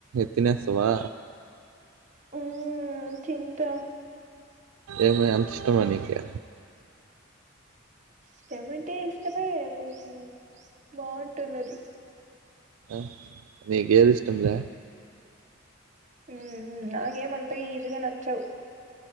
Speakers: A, on the right; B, on the right.
A: తినేస్తావా
B: ఉ చింత
A: ఏమ అంత ఇష్టమా నికి
B: ఇష్టటమ్ అంటే ఇష్టమే కొంచం బాగుంటుంది అది
A: ఆ నికు ఏది ఇష్టంలే
B: మ్ మ్ నాకేం అంత ఈజగా నచ్చావు్